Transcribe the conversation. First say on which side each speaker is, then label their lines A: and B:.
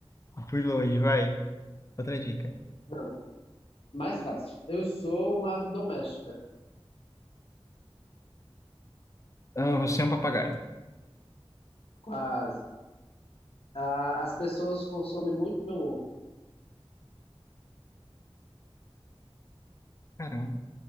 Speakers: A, on the left; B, on the left.
A: fui longe, vai. Outra dica.
B: Não, mais fácil. Eu sou uma ave doméstica.
A: Ah, você é um papagaio.
B: Quase. a- as pessoas consomem muito meu ovo.
A: Caramba.